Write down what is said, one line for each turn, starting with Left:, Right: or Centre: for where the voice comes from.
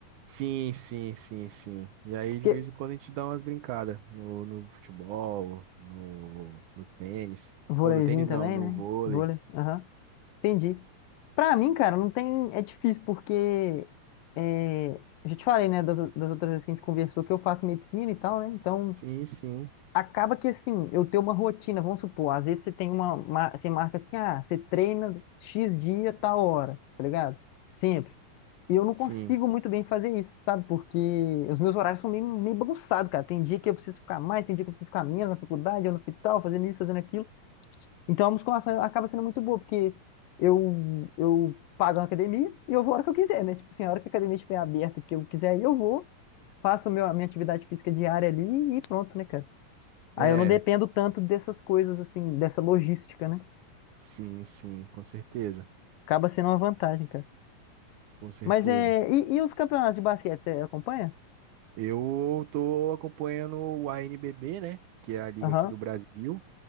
Right: Sim, sim, sim, sim. E aí, de
Left: Porque
Right: vez em quando, a gente dá umas brincadas no, no futebol, no, no tênis.
Left: vôleizinho
Right: Ou no tênis
Left: também,
Right: não, no
Left: né?
Right: vôlei.
Left: Vôlei, aham, entendi. Pra mim, cara, não tem, é difícil porque é, eu já te falei, né, das, das outras vezes que a gente conversou que eu faço medicina e tal, né? Então
Right: Sim, sim,
Left: acaba que assim, eu tenho uma rotina, vamos supor, às vezes você tem uma, uma- você marca assim, ah, você treina X dia, tal hora, tá ligado? Sempre. E eu não consigo
Right: sim.
Left: muito bem fazer isso, sabe? Porque os meus horários são meio, meio bagunçados, cara. Tem dia que eu preciso ficar mais, tem dia que eu preciso ficar menos na faculdade, ou no hospital, fazendo isso, fazendo aquilo. Então a musculação acaba sendo muito boa, porque eu, eu pago uma academia e eu vou a hora que eu quiser, né? Tipo assim, a hora que a academia estiver aberta, que eu quiser, aí eu vou, faço meu, a minha atividade física diária ali e pronto, né, cara? Aí
Right: É,
Left: eu não dependo tanto dessas coisas, assim, dessa logística, né?
Right: sim, sim, com certeza.
Left: Acaba sendo uma vantagem, cara.
Right: Com certeza.
Left: Mas é. E, e os campeonatos de basquete, você acompanha?
Right: Eu tô acompanhando o a n b b né? Que é a liga
Left: Aham,
Right: aqui do Brasil.